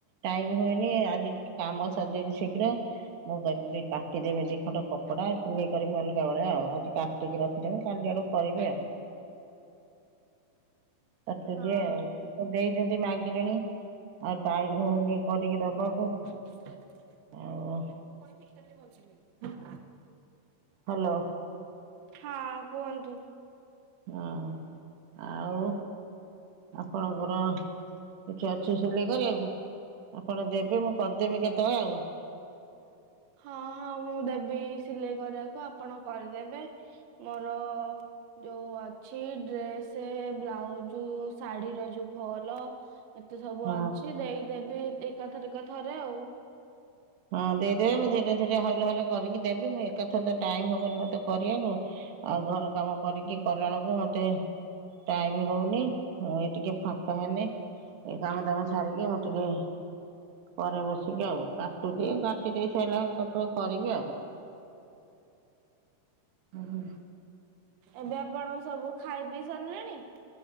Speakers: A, on the right; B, on the right.
A: ଟାଇମ୍ ହୁଏନି ଆଜି ଟିକେ କାମ ସରିଯାଇଚି ଶୀଘ୍ର। ମୁଁ କହିନି ଟିକେ କାଟିଦେମି ଦି ଖଣ୍ଡ କପଡା ସିଲେଇ କରିି ଅଲଗାବେଳେ ଆଉ ଆଜି କାଟିକି ରଖିଦେମି କାଲି ଆଡୁକୁ କରିବି ଆଉ। କାଟୁଚି
B: ହଁ
A: ଆଉ ଲୋକ ଦେଇଚନ୍ତି ମାଗିଲେଣି। ଆଉ ଟାଇମ୍ ହଉନି କରିକି ଦବାକୁ।
B: <inaudible>
A: ଆଉ ହ ଲୋ।
B: ହଁ କୁହନ୍ତୁ।
A: ହଁ ଆଉ ଆପଣଙ୍କର। କିଛି ଅଛି ସିଲେଇ କରିବାକୁ ଆପଣ ଦେବେ ମୁଁ କରିଦେମି କେତବେଳେ ଆଉ।
B: ହଁ, ହଁ ମୁଁ ଦେବି ସିଲେଇ କରିବାକୁ ଆପଣ କରିଦେବେ ମୋର ଯୋଉ ଅଛି ଡ୍ରେସେ, ବ୍ଲାଉଜୁ ଶାଢୀର ଯୋଉ ଫଲ ଏତେ ସବୁ
A: ହଁ।
B: ଅଛି ଦେଇଦେବି ଏକାଥର ଥରେ ଆଉ।
A: ହଁ ଦେଇଦେବେ ମୁଁ ଧୀରେ ଧୀରେ ହାଉଲେ ହାଉଲେ କରିକି ଦେବି ମୁଁ ଏକାଥରେ ତ ଟାଇମ୍ ହବନି ମତେ କରିବାକୁ। ଆଉ ଘର କାମ କରିକି କଲା ବେଳକୁ ମତେ ଟାଇମ୍ ହଉନି। ମୁଁ ଏଇ ଟିକେ ଫାଙ୍କା <unintelligible> ଏ କାମ ଦାମ ସାରିକି ମୁଁ ଟିକେ ପରେ ବସିକି ଆଉ, କାଟୁଛିି କାଟି ଦେଇ ସାଇଲା କତୁରୁ କରିବି ଆଉ। ହୁଁ
B: ଏବେ ଆପଣ ସବୁ ଖାଇ ପିଇ ସାରିଲେଣି?